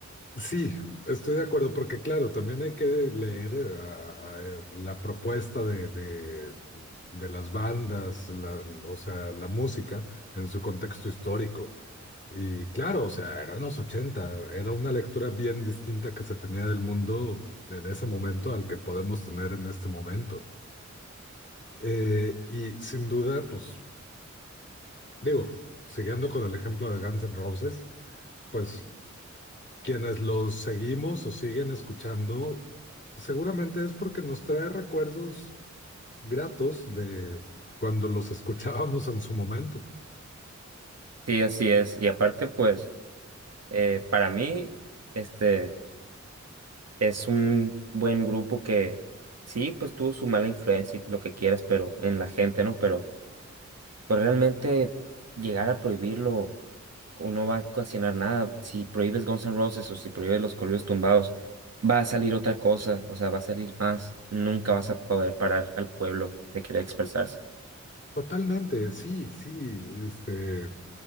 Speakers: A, on the left; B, on the right.
A: sí, estoy de acuerdo, porque claro, también hay que leer eh, a- a, eh, la propuesta de, de, de las bandas, la- o sea, la música en su contexto histórico. Y claro, o sea, eran los ochenta era una lectura bien distinta que se tenía del mundo en ese momento al que podemos tener en este momento. Eh, y sin duda, pues digo, siguiendo con el ejemplo de Guns N' Roses, pues quienes los seguimos o siguen escuchando, seguramente es porque nos trae recuerdos gratos de cuando los <laughs> escuchábamos en su momento.
B: Sí, así es. Y aparte, pues, eh, para mí, este, es un buen grupo que sí, pues tuvo su mala influencia y lo que quieras, pero en la gente, ¿no? Pero, pues realmente llegar a prohibirlo o no va a ocasionar nada. Si prohíbes Guns N' Roses o si prohíbes los corridos tumbados, va a salir otra cosa, o sea, va a salir más. Nunca vas a poder parar al pueblo de querer expresarse.
A: Totalmente, sí, sí, este.